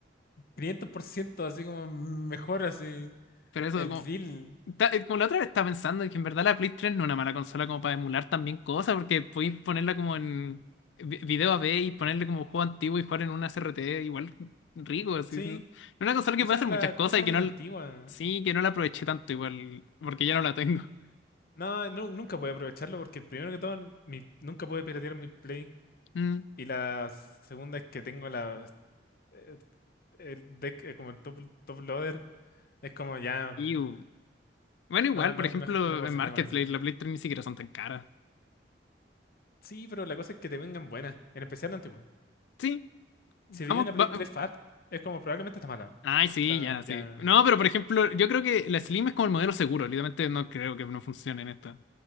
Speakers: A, on the left; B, on the left.
A: 500%, así como mejor, así.
B: Pero eso
A: El
B: como
A: deal.
B: ta- eh, como la otra vez estaba pensando que en verdad la Play 3 no es una mala consola como para emular también cosas, porque podéis ponerla como en vi- video AV y ponerle como juego antiguo y jugar en una CRT igual rico, así.
A: Sí,
B: Es una consola que
A: esa
B: puede hacer
A: es la
B: muchas cosas
A: cosa
B: y que
A: de
B: no,
A: la
B: l-
A: antigua.
B: sí, que no la aproveché tanto igual, porque ya no la tengo. <laughs>
A: No, no, nunca pude aprovecharlo porque primero que todo, mi- nunca pude piratear mi Play.
B: Mm.
A: Y la segunda es que tengo la, eh, el deck eh, como el top, top loader. Es como ya,
B: Y uh, bueno, igual,
A: no, no,
B: por ejemplo,
A: mejor no puedo hacer
B: en Marketplace
A: nada con eso.
B: la Play 3 ni siquiera son tan caras.
A: Sí, pero la cosa es que te vengan buenas, en especial la antigua.
B: Sí, vamos.
A: Si veía una Play
B: va-
A: 3
B: uh,
A: Fat, es como probablemente está mala.
B: Ay, sí,
A: Ta-
B: ya,
A: ya.
B: sí. No, pero por ejemplo, yo creo que la Slim es como el modelo seguro. Literalmente no creo que no funcione en esta.